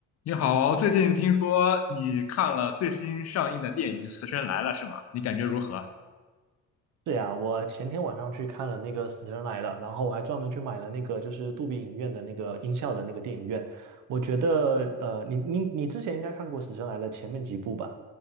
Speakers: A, on the left; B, on the right.
A: 你好，最近听说你看了最新上映的电影《死神来了》是吗？你感觉如何？
B: 是呀，我前天晚上去看了那个《死神来了》，然后我还专门去买了那个就是杜比影院的那个音效的那个电影院。我觉得，呃，你你你之前应该看过《死神来了》前面几部吧？